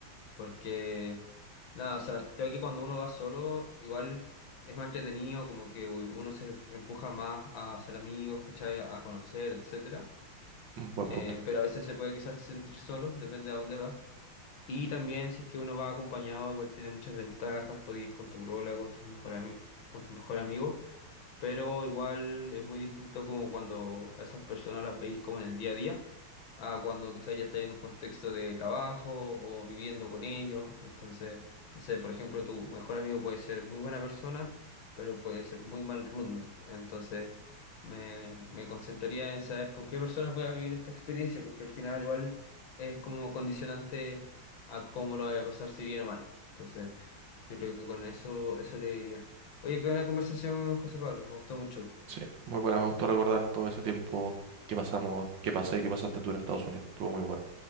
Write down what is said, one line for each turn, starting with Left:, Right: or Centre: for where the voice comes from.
Left: Porque, nada, o sea, creo que cuando uno va solo, igual es más entretenido, como que uno se empuja más a hacer amigos, ¿cachai? A conocer, etcétera.
Right: Mm, buen
Left: Eh,
Right: punto.
Left: pero a veces se puede quizás sentir solo, depende a dónde va. Y también si es que uno va acompañado, igual tiene muchas ventajas, puede ir con tu brola, con tus mejor ami- con tu mejor amigo, pero igual es muy distinto como cuando a esas personas las veis como en el día a día a cuando quizás ya estáis en un contexto de trabajo o viviendo con ellos. Entonces, no sé, por ejemplo, tu mejor amigo puede ser muy buena persona, pero puede ser muy mal roommate. Entonces, me, me concentraría en saber con qué personas voy a vivir esta experiencia, porque al final igual es como condicionante a cómo lo voy a pasar, si bien o mal. Entonces, yo creo que con eso, eso le diría. Oye, qué buena conversación, José Pablo. Me gustó mucho.
Right: Sí, muy buena. Me gustó recordar todo ese tiempo que pasamos, que pasé y que pasaste tú en Estados Unidos. Estuvo muy bueno.